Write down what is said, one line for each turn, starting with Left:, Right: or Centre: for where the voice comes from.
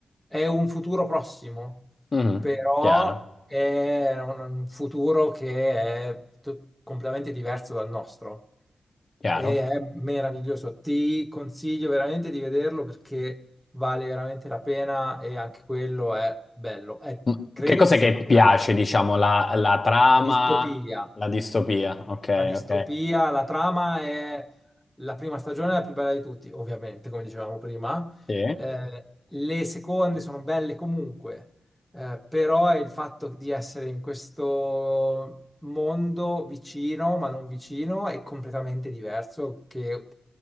Centre: è un futuro prossimo,
Left: Mhm.
Centre: però
Left: Chiaro,
Centre: è un un futuro che è tut- completamente diverso dal nostro.
Left: chiaro.
Centre: E è meraviglioso. Ti consiglio veramente di vederlo perché vale veramente la pena e anche quello è bello. È-
Left: Mm.
Centre: credo
Left: Che cos'è
Centre: che sia
Left: che
Centre: campionato
Left: piace, diciamo, la, la trama,
Centre: a distopia
Left: la distopia? Ok,
Centre: a distopia,
Left: ok,
Centre: la trama è la prima stagione è la più bella di tutti, ovviamente, come dicevamo prima.
Left: sì,
Centre: Eh, le seconde sono belle comunque, eh, però è il fatto di essere in questo mondo vicino, ma non vicino, è completamente diverso che,